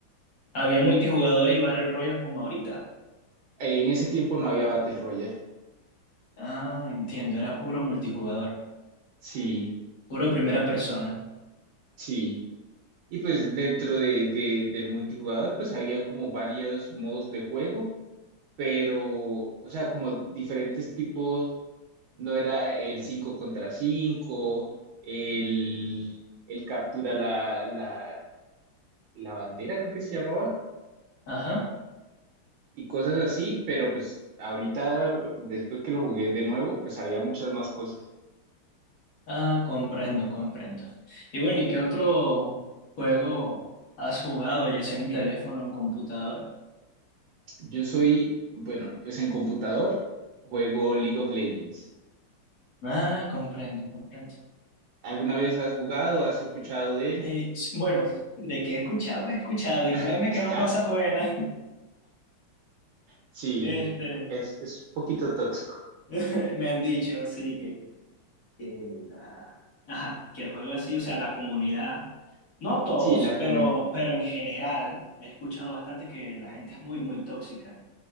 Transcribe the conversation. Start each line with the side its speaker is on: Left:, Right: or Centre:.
Left: Había multijugador y Battle Royale como ahorita.
Right: En ese tiempo no había Battle Royale.
Left: Ah, entiendo, era puro multijugador,
Right: Sí,
Left: puro primera persona.
Right: sí. Y pues dentro de, de- del multijugador, pues habían como varios modos de juego, pero, o sea, como diferentes tipos, no era el 5 contra 5 el, el captura la, la, la bandera, creo que se llamaba,
Left: Ajá.
Right: y cosas así, pero pues ahorita, después que lo jugué de nuevo, pues había muchas más cosas.
Left: Ah, comprendo, comprendo. Y bueno, ¿y qué otro juego has jugado, ya sea en teléfono o en computadora?
Right: Yo soy, bueno, pues en computador juego League of Legends.
Left: Ah, comprendo, comprendo.
Right: ¿Alguna vez has jugado? ¿Has escuchado de él?
Left: Eh, sí, bueno, de que he escuchado, he escuchado, y
Right: <laughs>
Left: créeme que no cosas buenas,
Right: Sí,
Left: <laughs> este,
Right: es, es un poquito tóxico.
Left: <laughs> me han dicho, así que, que la- ajá, que el juego así, o sea, la comunidad, no todos,
Right: Sí, la comunidad.
Left: pero, pero en general, he escuchado bastante que la gente es muy, muy tóxica.